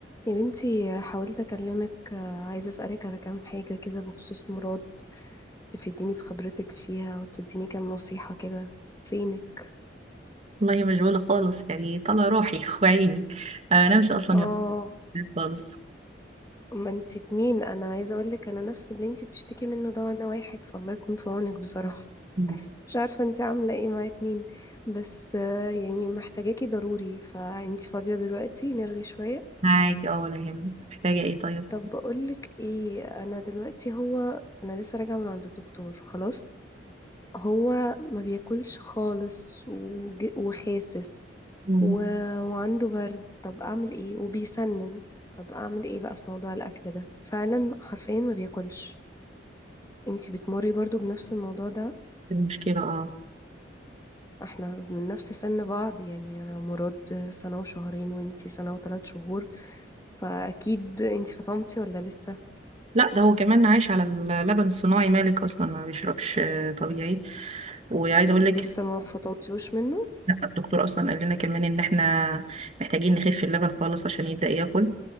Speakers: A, on the left; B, on the right.
A: يا بنتي حاولت أكلمك آه، عايزة أسألك على كام حاجة كده بخصوص مراد تفيديني بخبرتك فيها وتديني كام نصيحة كده فينك
B: والله مشغولة خالص يعني طلع روحي <laughs> وعيني أنا مش أصلا
A: اه
B: يوم خالص
A: ما انتي اتنين أنا عايزة أقولك أنا نفس اللي انتي بتشتكي منه ده وأنا واحد فالله يكون في عونك بصراحة <laughs>
B: مم.
A: مش عارفة انتي عاملة ايه مع اتنين بس آه، يعني محتاجاكي ضروري فانتي فاضية دلوقتي نرغي شوية
B: معاك اه ولا يهمك محتاجة ايه طيب
A: طب بقولك ايه أنا دلوقتي هو أنا لسه راجعة من عند الدكتور خلاص هو ما بياكلش خالص وج... وخاسس
B: مم.
A: و... وعنده برد طب اعمل ايه وبيسنن طب اعمل ايه بقى في موضوع الاكل ده فعلا حرفيا ما بياكلش انتي بتمري برضو بنفس الموضوع ده
B: المشكلة اه
A: احنا من نفس سن بعض يعني انا مراد سنة وشهرين وانتي سنة وثلاث شهور فاكيد انتي فطمتي ولا لسه
B: لا ده هو كمان عايش على اللبن الصناعي مالك أصلا ما بيشربش آه، طبيعي وعايزة أقول
A: لسه
B: لك
A: ما فطمتيوش منه
B: لا الدكتور أصلا قال لنا كمان إن احنا محتاجين نخف اللبن خالص عشان يبدأ ياكل